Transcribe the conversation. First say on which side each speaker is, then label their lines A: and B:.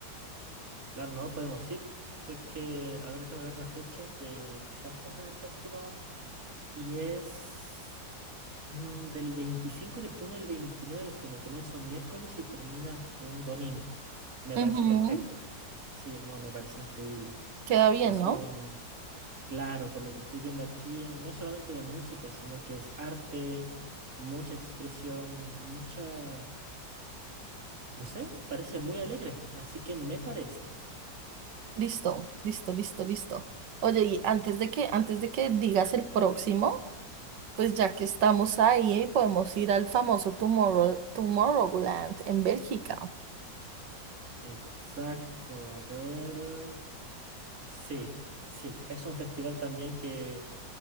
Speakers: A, on the right; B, on the right.
A: Claro, no podemos ir. Creo que, a ver, déjame ver la fecha del Glastonbury Festival. Y es mm, del 25 de junio al 29 de junio. Comienza un miércoles y termina un domingo. Me parece
B: Ujú,
A: perfecto. Sí, no, me parece increíble.
B: Queda bien,
A: Es
B: ¿no?
A: un Claro, por lo que estoy viendo aquí, eh, no solamente de música, sino que es arte, mucha expresión, mucha, no sé, parece muy alegre, así que me parece.
B: Listo, listo, listo, listo. Oye, y antes de que, antes de que digas el próximo, pues ya que estamos ahí, eh, podemos ir al famoso Tomorrow, Tomorrowland en Bélgica.
A: Exacto, a ver. Sí, sí, es un festival también que